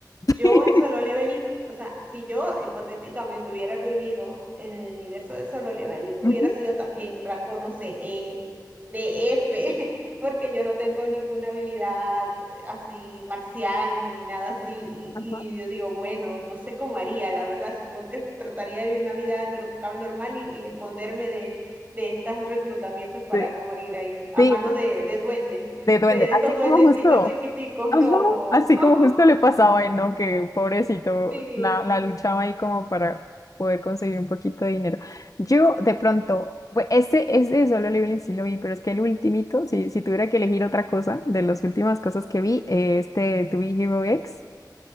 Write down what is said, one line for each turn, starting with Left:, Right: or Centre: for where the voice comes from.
Right: Yo
Left: <laughs>
Right: en Solo Leveling, o sea, si yo hipotéticamente hubiera vivido en el universo de Solo Leveling, hubiera
Left: Ujú.
Right: sido también rango, no sé, E, de F, <laughs> porque yo no tengo ninguna habilidad eh, así marcial ni nada así. Y,
Left: Ajá.
Right: y yo digo, bueno, no sé cómo haría, la verdad, supongo que trataría de vivir una vida entre lo que cabe normal y, y esconderme de, de estos reclutamientos para
Left: Sí,
Right: no morir ahí a
Left: sí,
Right: manos de, de duendes,
Left: de duende,
Right: de, de
Left: así
Right: estos duendecitos
Left: como justo.
Right: chiquiticos,
Left: Ajá,
Right: no.
Left: así
Right: <laughs>
Left: como justo le pasaba a él, ¿no? Que pobrecito,
Right: Sí.
Left: la, la luchaba ahí como para poder conseguir un poquito de dinero. Yo, de pronto, bu- ese, ese de Solo Leveling sí lo vi, pero es que el ultimito, si, si tuviera que elegir otra cosa de las últimas cosas que vi, eh, este To Be Hero X.